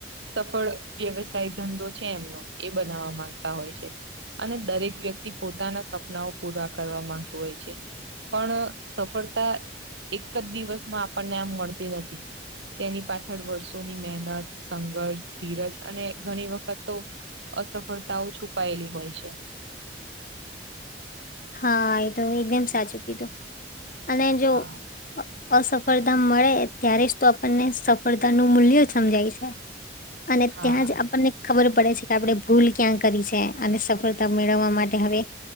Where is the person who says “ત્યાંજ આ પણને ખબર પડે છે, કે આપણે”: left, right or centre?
Left